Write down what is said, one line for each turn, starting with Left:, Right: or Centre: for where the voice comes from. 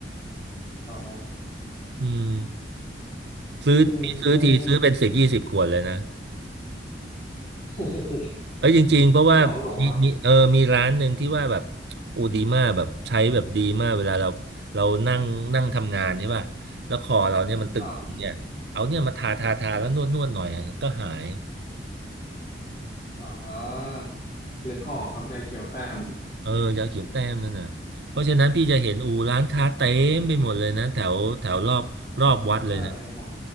Left: อ๋อ
Right: อืมซื้อพี่ซื้อทีซื้อเป็นสิบยี่สิบขวดเลยนะ
Left: อืมมัน <laughs> โอ้โห
Right: เอ้ยจริงๆเพราะว่ามีมีเออมีร้านหนึ่งที่ว่าแบบ
Left: เหมาโหลครับ
Right: อูดีมากแบบใช้แบบดีมากเวลาเราเรานั่งนั่งทำงานใช่ป่ะแล้วคอเราเนี่ยมันตึงๆเนี่ยเอาเนี่ยมาทาทาทาแล้วนวดนวดหน่อยอะก็หาย
Left: ครับอ่านึกออกครับยาเขียวแต้ม
Right: เออยาเขียวแต้มนั่นน่ะเพราะฉะนั้นพี่จะเห็นอูร้านค้าเต็มไปหมดเลยนะแถวแถวรอบรอบวัดเลยนะ
Left: ใช่ครับ